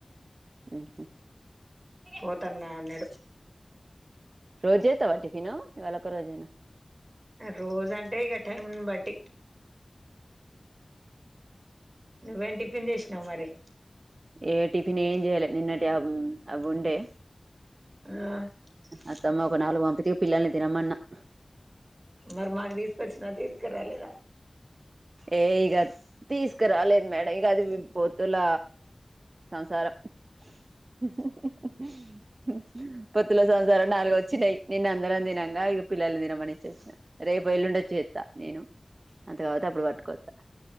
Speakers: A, on the right; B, on the right.
A: ఉహు
B: పోతున్నా అన్నాడు
A: రోజు చేస్తావా టిఫిను ఇవాళ ఒక రోజేనా
B: రోజు అంటే ఇక టైం బట్టి నువ్వేం టిఫిన్ చేసినావు మరి
A: ఏ టిఫిన్ ఏం చేయ్యాల నిన్నటి అవుండే
B: ఆ
A: అత్తమ్మ ఒక నాలుగు పంపితే పిల్లల్ని తినమన్న <inaudible>
B: మరి మాకు తీసుకొచ్చిన నా తీ ఇక రాలేదా
A: ఏ ఇగ తీసుకురాలేదు మేడం ఇక అది పొత్తుల సంసారం <inaudible> ఉ <unintelligible> పొత్తులో సంవత్సర నాలుగు వచ్చినాయి నిన్న అందరం తినంగా పిల్లల్ని తినమని రేపు ఎల్లుండొచ్చ చేస్తా నేను అంత కాపోతే అప్పుడు పట్టుకొత్తా